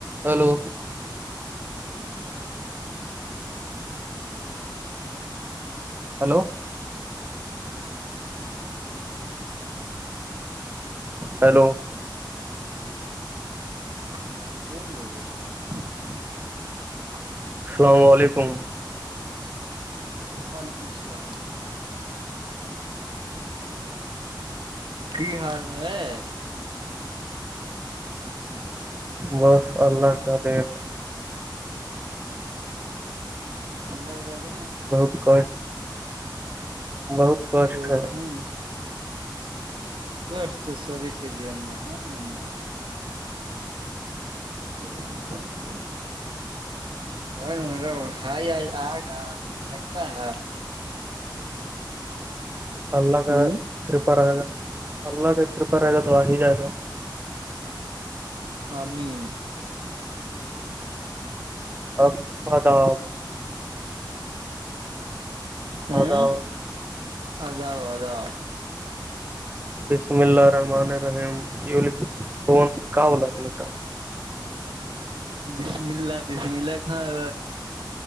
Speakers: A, on the right; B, on the right.
A: hello hello hello
B: ہاں بولو <unintelligible>
A: السلام علیکم
B: وعلیکم السلام کی حال ہے
A: بس اللہ کا دیر
B: اللہگانے
A: بہت ک بہت کشٹ
B: ا
A: ہے
B: ہوں ک تو سبھی کے جیون میں ہے نہیں یہ <unintelligible> ل میرو ہائی آئے گا لڑتا ہے
A: اللہ کا
B: ہوں
A: کریپر ہےا اللہ کا کریپر ہے گا تو وااہ جاائے گ
B: ہاںمی
A: اب بتاپ
B: ہوں
A: آداب
B: ادؤ اداؤ
A: بسم اللہ رحمان رحم کیا بولا تھا ہیں نکٹا
B: بسم اللہ بسم اللہ خان